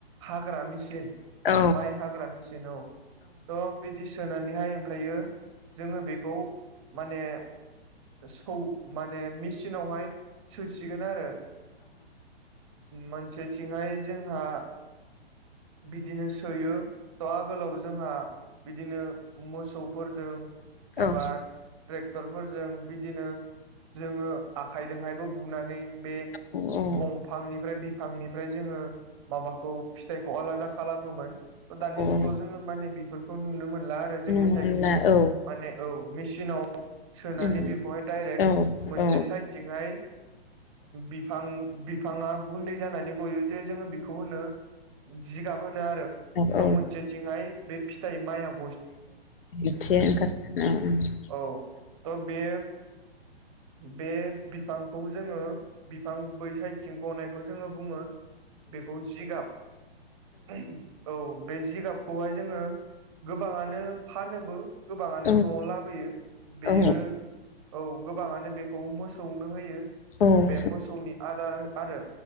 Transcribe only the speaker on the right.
हाग्रा एसे
माइ हाग्रा मेसिन औ थ' बिदि सोनानैहाय ओमफ्रायो जोङो बेखौ माने सौ माने मेचिनावहाय सोसिगोन आरो मोनसेथिंहाय जोंहा बिदिनो सोयो जा आगोलाव जोंहा बिदिनो मोसौफोरदों
एबा
ट्रेक्टर फोरजों बिदिनो जोङो आखायजोंहायबो बुनानै बे
दंफांनिफ्राय बिफांनिफ्राय जोङो माबाखौ फिथाइखौ आलादा खालामोमोन
दानि जुगाव जोङो माने बे खौ नुनो मोनला आरो जोंनि
सायथिंहाय।
माने औ मेचिनाव सोनानै
बेखौहाय डाइरेक्ट
मोनसे
साइदथिंहाय बिफां बिफाङा गुन्दै जानानै गयो जे जोङो बेखौ होनो जिगाब होनो आरो।
मोनसेथिंहाय बे फिथाइ माइयाव
औ थ' बे बे बिफांखौ जोङो बिफां बै साइदथिं गनायखौ जोङो बुङो बेखौ जिगाब औ बे जिगाबखौहाय जोङो गोबाङानो फानोबो गोबाङानो
न'आव लाबोयो बेयो
औ गोबाङानो बेखौ मोसौनो होयो
बे मोसौनि आदार आरो